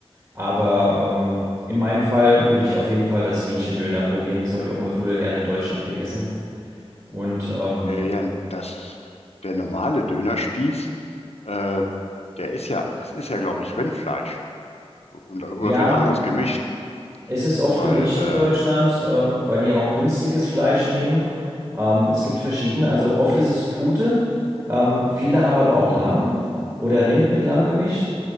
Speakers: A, on the right; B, on the left.
A: Aber ähm, in meinem Fall würde ich auf jeden Fall das Hähnchendöner probieren. Das habe ich auch immer früher gerne in Deutschland gegessen. Und ähm,
B: äh, ja das, der normale Dönerspieß, äh, der ist ja, das ist ja, glaube ich, Rindfleisch. Und, oder
A: ja,
B: vielleicht ein anderes gemischt,
A: es ist oft
B: weil,
A: gemischt in Deutschland, ähm, weil die auch günstiges Fleisch nehmen. Ähm, es gibt verschiedene. Also oft ist es Pute. Ähm, viele haben aber auch Lamm oder Rind mit Lamm gemischt.